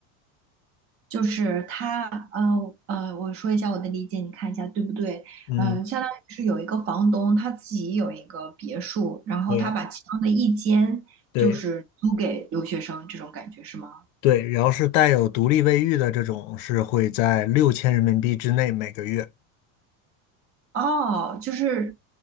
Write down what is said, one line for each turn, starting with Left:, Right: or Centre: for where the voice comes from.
Right: 就是他，呃呃，我说一下我的理解，你看一下对不对？
Left: 嗯，
Right: 嗯、相当于是有一个房东，他自己有一个别墅，然后他把其中的一间就是租给留学生，
Left: 对对
Right: 这种感觉是吗？
Left: 对，然后是带有独立卫浴的这种是会在六千人民币之内每个月。
Right: 哦，就是